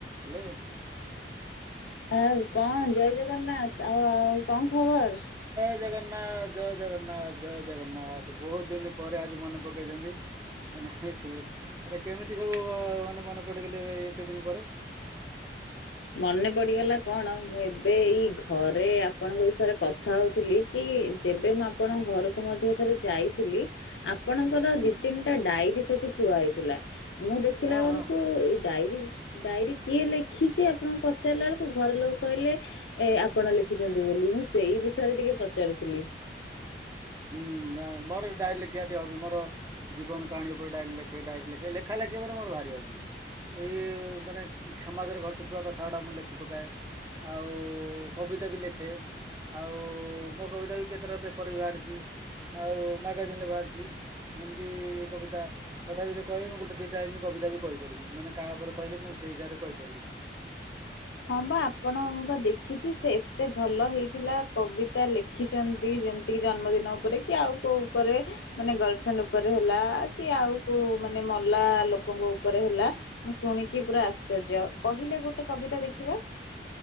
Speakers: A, on the right; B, on the left.
A: Hello
B: ଆ କଣ ଜୟ ଜଗନ୍ନାଥ ଆଉ ଆଉ କଣ ଖବର?
A: ଜୟ ଜଗନ୍ନାଥ ଜୟ ଜଗନ୍ନାଥ ଜୟ ଜଗନ୍ନାଥ ବହୁତ ଦିନି ପରେ ଆଜି ମନେ ପକେଇଛନ୍ତି। ମାନେ ମାନେ କେମିତି ସବୁ ମାନେ ମନେ ପଡ଼ିଗଲେ ଏତେ ଦିନ ପରେ?
B: ମନେ ପଡିଗଲା କଣ? ମୁଁ ଏବେ ଏଇ ଘରେ ଆପଣଙ୍କ ବିଷୟରେ କଥା ହଉଥିଲି କି? ଯେବେ ମୁଁ ଆପଣଙ୍କ ଘରକୁ ମଝିରେ ଥରେ ଯାଇଥିଲି? ଆପ ଆପଣଙ୍କର
A: ହୁଁ
B: ଦି ତିନିଟା ଡାଏରୀ ସେ ଠି ଥୁଆ ହେଇଥିଲା। ମୁଁ ଦେଖିଲା
A: ହଁ
B: ବେଳକୁ
A: ହଁ ହଁ
B: ଏଇ ଡାଏରୀ ଡାଏରୀ କିଏ ଲେଖି ଲେଖିଛି? ଆପଣଙ୍କୁ ପଚାରିଲା ବେଳକୁ, ଘର ଲୋକ କହିଲେ ଏ ଆପଣ ଲେଖିଛନ୍ତି ବୋଲି। ମୁଁ ସେଇ ବିଷୟରେ ଟିକେ ପଚାରୁଥିଲି।
A: ହୁଁ ନା ମୋର ଡାଏରୀ ଲେଖିବା ଟିକେ ହବି ମୋର ଜୀବନ କାହାଣୀ ଉପରେ ଡାଏରୀ ଲେଖେ, ଡାଏରୀ ଲେଖେ <unintelligible> ଲେଖେ- ଲେଖା ଲେଖି ଉପରେ ମୋର ଭାରି ହବି। ଏଇ ମାନେ ସମାଜରେ ଘଟୁଥିବା କଥା ଗୁଡ଼ାକ ମୁଁ ଲେଖି ପକାଏ। ଆଉ କବିତା ବି ଲେଖେ ଆଉ ମୋ କବିତା ବି କେତେଟା ପେପରରେ ବି ବାହାରିଛି। ଆଉ ମାଗାଜିନ୍ ରେ ବାହାରିଛି। ଏମିତି କବିତା ତଥାପି ଯଦି କହିବେ ମୁଁ ଗୋଟେ ଦୁଇଟା ଲାଇନ୍ କବିତା ବି କହିପାରିବି। ମାନେ କାହା ଉପରେ କହିଲେ ମୁଁ ସେଇ ହିସାବରେ କହିପାରିବି।
B: ହଁ ବା ଆପଣ ମୁଁ ବା ଦେଖିଛି ସେ ଏତେ ଭଲ ହେଇଥିଲା କବିତା ଲେଖିଛନ୍ତି, ଯେମତି କି ଜନ୍ମଦିନ ଉପରେ କି ଆଉ କୋଉ ଉପରେ। ମାନେ ଗର୍ଲଫ୍ରେଣ୍ଡ ଉପରେ ହେଲା, କି ଆଉ କୋଉ ମାନେ ମଲା ଲୋକଙ୍କ ଉପରେ ହେଲା। ମୁଁ ଶୁଣିକି ପୁରା ଆଶ୍ଚର୍ଯ୍ୟ କହିଲେ ଗୋଟେ କବିତା ଦେଖ ଖିବା